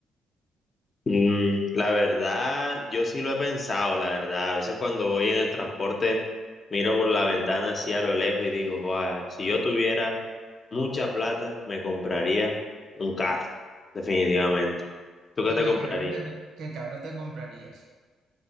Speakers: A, on the left (about 35°); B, on the right (about 75°).
A: Mm, la verdad, yo sí lo he pensado, la verdad. A veces cuando voy en el transporte, miro por la ventana así a lo lejos y digo, "Joa, si yo tuviera mucha plata, me compraría un carro, definitivamente. ¿Tú qué
B: Y
A: te
B: qué
A: comprarías?
B: carro te, co- qué carro te comprarías.